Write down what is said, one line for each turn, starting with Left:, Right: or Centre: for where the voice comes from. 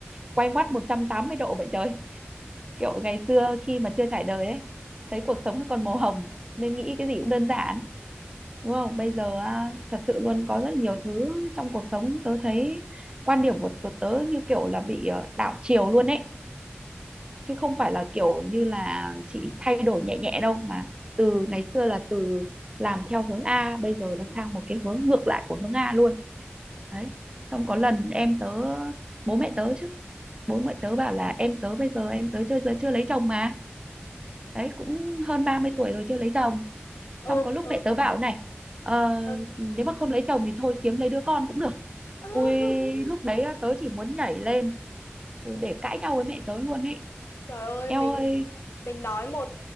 Right: quay ngoắt 180 độ vậy trời kiểu ngày xưa khi mà chưa trải đời ấy thấy cuộc sống nó còn màu hồng nên nghĩ cái gì cũng đơn giản đúng không bây giờ á, thật sự luôn có rất nhiều thứ trong cuộc sống tớ thấy quan điểm của tớ, tớ như kiểu là bị ờ, đảo chiều luôn ấy chứ không phải là kiểu như là chỉ thay đổi nhẹ nhẹ đâu mà từ ngày xưa là từ làm theo hướng A bây giờ là sang một cái hướng ngược lại của hướng A luôn đấy xong có lần em tớ bố mẹ tớ chứ bố mẹ tớ bảo là em tớ bây giờ em tớ chưa chưa lấy chồng mà đấy cũng hơn 30 tuổi rồi chưa lấy chồng
Left: Ừ
Right: xong có lúc
Left: ừ
Right: mẹ tớ bảo này ờ,
Left: ừ.
Right: nếu mà không lấy chồng thì thôi kiếm lấy đứa con cũng được
Left: <laughs>
Right: ui lúc đấy á, tớ chỉ muốn nhảy lên ui, để cãi nhau với mẹ tớ luôn ấy
Left: Trời ơi
Right: eo
Left: mình
Right: ơi
Left: Mình nói một